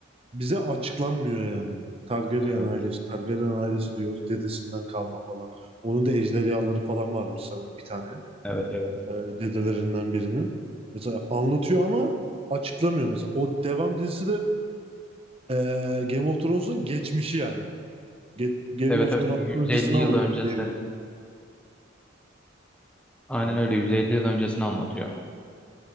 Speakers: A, on the right; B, in the centre.
A: bize açıklanmıyor yani. Targaryen
B: Evet,
A: ailesi, Targaryen ailesi diyoruz. Dedesinden kalma falan. Onun da ejderhaları falan varmış sanırım bir tane.
B: evet, evet.
A: Ee, dedelerinden birinin. Mesela anlatıyor ama açıklamıyor mesela. O devam dizisi de Ee, Game of Thrones'un geçmişi yani. Ge- Game
B: Evet
A: of
B: evet
A: Thrones'un
B: 150
A: öncesini
B: yıl
A: anlatıyor
B: öncesi.
A: diye biliyorum.
B: Aynen
A: Ya,
B: öyle 150 yıl öncesini anlatıyor.